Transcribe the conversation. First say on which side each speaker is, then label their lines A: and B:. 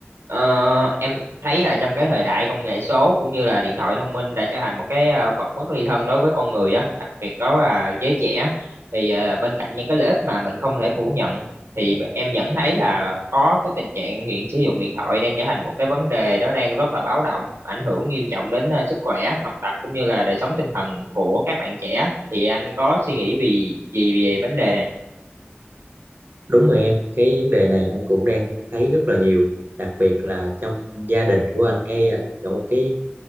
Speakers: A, on the right; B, on the right.
A: Ờ, em thấy là trong cái thời đại công nghệ số cũng như là điện thoại thông minh đã trở thành một cái ờ, vật bất ly thân đối với con người á, đặc biệt đó là giới trẻ. Thì ờ, bên cạnh những cái lợi ích mà mình không thể phủ nhận thì em vẫn thấy là có cái tình trạng nghiện sử dụng điện thoại đang trở thành một cái vấn đề đó đang rất là báo động, ảnh hưởng nghiêm trọng đến ờ, sức khỏe, học tập cũng như là đời sống tinh thần của các bạn trẻ. Thì anh có suy nghĩ vì gì về vấn đề này?
B: Đúng rồi em, cái vấn đề này anh cũng đang thấy rất là nhiều, đặc biệt là trong gia đình của anh ngay là ở một cái